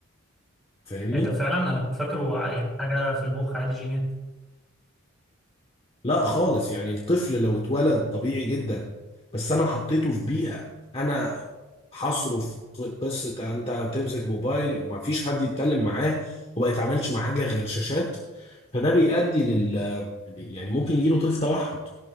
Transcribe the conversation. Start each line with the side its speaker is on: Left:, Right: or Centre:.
Left: فاهمني؟
Centre: ايه ده فعلا انا كنت فاكره ع- يعني حاجة في المخ عادي جينات
Left: لا خالص يعني الطفل لو اتولد طبيعي جدا بس انا حطيته في بيئة انا هصرف ق- قصة انت تمسك موبايل ما فيش حد يتكلم معاه وما يتعاملش مع حاجة غير شاشات فده بيؤدي لل يعني ممكن يجيله طيف توحد